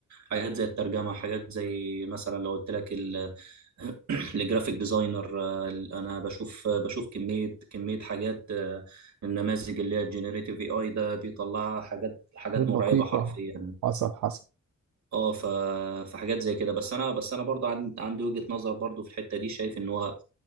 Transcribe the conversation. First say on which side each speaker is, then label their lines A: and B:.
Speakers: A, on the right; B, on the right.
A: حاجات زي الترجمه حاجات زي مثلا لو قلت لك ال- <clears throat> الجرافيك ديزاينر آه، انا بشوف بشوف كميه كميه حاجات آه، النماذج اللي هي الجينيريتيف اي اي ده بيطلعها حاجات حاجات
B: والدقيقة
A: مرعبه حرفيا
B: حصل حصل
A: اه ف... فحاجات زي كده بس انا بس انا برضه عن... عندي وجهة نظر برضه في الحتة دي شايف ان هو